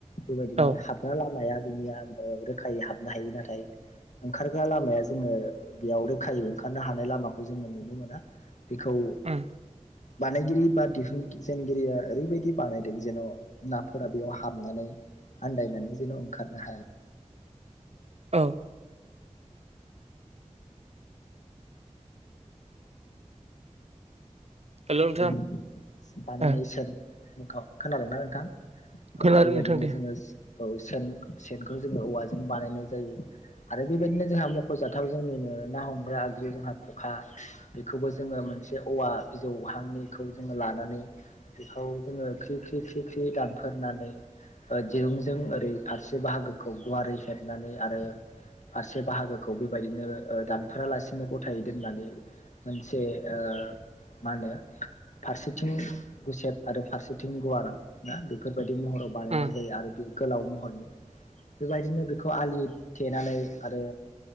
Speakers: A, on the left; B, on the right.
A: बेबायदिनो
B: औ
A: हाबग्रा लामाया बिनिया रोखायै हाबनो हायो नाथाय ओंखारग्रा लामाया जोङो बेयाव रोखायै ओंखारनो हानाय लामाखौ जोङो नुनो मोना। बिखौ
B: उम
A: बानायगिरि बा दिहुनजेनगिरिया ओरैबायदि बानायदों जेन' नाफोरा बेयाव हाबनानै आन्दायनानै जेन' ओंखारनो हाया
B: औ हेल' नोंथां
A: बिनि बानायनाय
B: ओ
A: सेनख' खोनादों ना नोंथां? औ
B: खोनादों
A: बेबायदिनो
B: नोंथां दे
A: जोङो औ सेन सेनखौ जोङो औवाजों बानायनाय जायो। आरो बेबायदिनो जोंहा मख'जाथाव जोंनिनो ना हमग्रा आगजु जोंहा खखा बेखौबो जोङो मोनसे औवा बिजौहांनिखौ जोङो लानानै बेखौ जोङो ख्रि ख्रि ख्रि ख्रि दानफोरनानै दिरुंजों ओरै फारसे बाहागोखौ गुवारै हेबनानै आरो फारसे बाहागोखौ बेबायदिनो ओ दानफोरलासिनो गथायै दोननानै मोनसे ओ मा होनो फारसेथिं गुसेब आरो फारसेथिं गुवार ना बेफोरबायदि महराव बानायनाय
B: उम
A: जायो आरो बे गोलाव महरनि बेबायदिनो बेखौ आलि थेनानै आरो